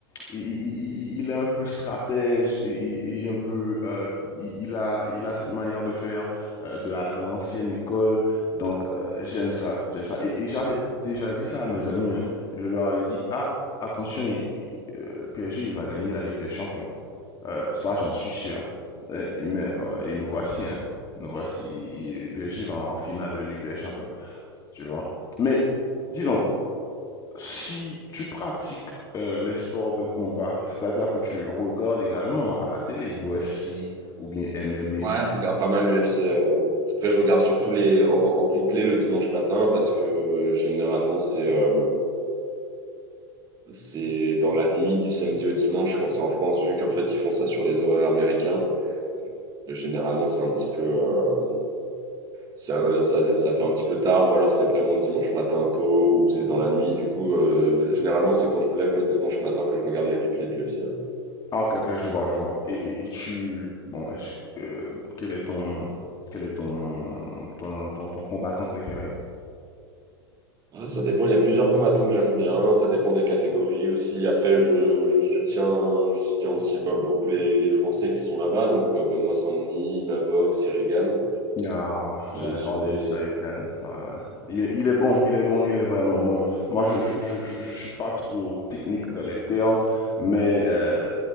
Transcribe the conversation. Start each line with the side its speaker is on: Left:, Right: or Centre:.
Left: Il, il- il- il est un peu stratège, il, il- il est un peu, euh, il, il a, il a cette manière de faire euh, de la, dans l'ancienne école. Donc, euh, j'aime ça, j'aime ça. Et, et j'avais déjà dit ça à mes amis, hein. Je leur avais dit, ah, attention, il- le PSG, il va gagner la Ligue des Champions. Euh, ça, j'en suis sûr. Et, et- mais, euh, et nous voici, hein. Nous voici, il- il- le PSG va en finale de Ligue des Champions, tu vois. Mais, dis donc, si tu pratiques euh, les sports de combat, c'est-à-dire que tu regardes également à la télé UFC ou bien MMA.
Right: Ouais, je regarde pas mal l'UFC. Après, je regarde surtout les en, en replay le dimanche matin parce que euh, généralement c'est euh, c'est dans la nuit du samedi au dimanche quand c'est en France, vu qu'en fait ils font ça sur les horaires américains. Mais généralement, c'est un petit peu. euh, ça, euh, ça, ça fait un petit peu tard, ou alors c'est vraiment le dimanche matin tôt, ou c'est dans la nuit. Du coup, euh, généralement, c'est quand je me lève le dimanche matin que je regarde les replays de l'UFC. ouais.
Left: Ah, ok, ok, je vois, je vois. Et, et- et tu, bon, est-ce que- euh, quel est ton, quel est ton, ton, ton, ton combattant préféré?
Right: Ah, ça dépend, il y a plusieurs combattants que j'aime bien, ça dépend des catégories aussi. Après, je, je soutiens, je soutiens aussi bah, beaucoup les, les Français qui sont là-bas, donc euh, Benoît Saint-Denis, Mavov, Cyril Gann.
Left: Ah,
Right: Mais
Left: j'allais
Right: sinon,
Left: parler de Cyril Kane. Ouais, ouais. Il, est il est bon, il est bon, il est vraiment bon. Moi, je je, je, je- je suis pas trop technique dans les termes, mais euh,